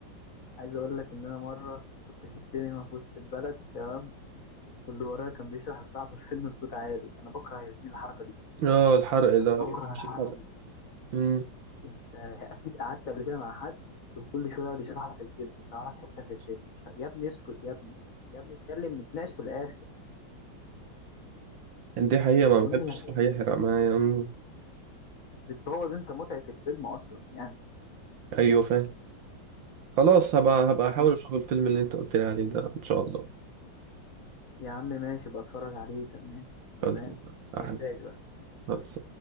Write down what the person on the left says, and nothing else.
عايز اقول لك ان انا مره كنت في السينما في وسط البلد تمام واللي ورايا كان بيشرح لصاحبه الفيلم بصوت عالي انا بكره يا زميلي الحركه دي
انا
بكره
الحركه
دي.
انت اكيد قعدت قبل كده مع حد وكل شويه يقعد يشرح لك الفيلم يشرح لك حته في الفيلم مش... يا ابني اسكت يا ابني يا ابني اتكلم نتناقش في الاخر
اظن
يعني
بتبوظ انت متعه الفيلم اصلا يعني
طب
يا عم ماشي بتفرج عليه تمام تمام
تنساش بقى